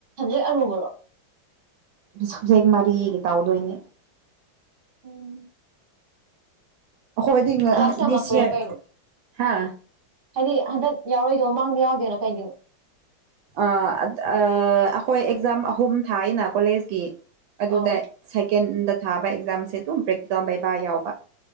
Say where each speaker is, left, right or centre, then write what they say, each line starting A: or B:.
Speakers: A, on the right (about 40°); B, on the right (about 75°).
A: ꯍꯦꯛ ꯑꯔꯨꯕꯔꯣ
B: ꯗꯨ ꯁꯕꯖꯦꯛ ꯃꯔꯤꯒ ꯇꯧꯗꯣꯏꯅꯦ
A: ꯎꯝ
B: ꯑꯈꯣꯏꯗꯤ ꯉꯍꯥꯟꯗꯤ
A: ꯀ꯭ꯂꯥꯁ ꯌꯥꯝꯃꯛꯄꯩꯔꯥ
B: ꯁꯤ ꯍꯦꯞ
A: ꯀꯩꯅꯣ
B: ꯍꯥ
A: ꯍꯥꯏꯗꯤ ꯍꯟꯗꯛ ꯌꯥꯎꯔꯣꯏꯗꯣ ꯃꯃꯥꯡꯗ ꯌꯥꯎꯗꯣꯏꯅꯣ ꯀꯩꯒꯤꯅꯣ
B: ꯑ ꯑꯩꯈꯣꯏ ꯑꯦꯛꯖꯥꯝ ꯑꯍꯨꯝ ꯊꯥꯏꯅ ꯀꯣꯂꯦꯖꯀꯤ ꯑꯗꯨꯗ
A: ꯑꯧ
B: ꯁꯥꯏꯀꯦꯟꯗ ꯊꯥꯕ ꯑꯦꯛꯖꯥꯝꯁꯦ ꯑꯗꯨꯝ ꯄ꯭ꯔꯦꯛꯇꯤꯀꯜ ꯃꯩꯕꯥ ꯌꯥꯎꯕ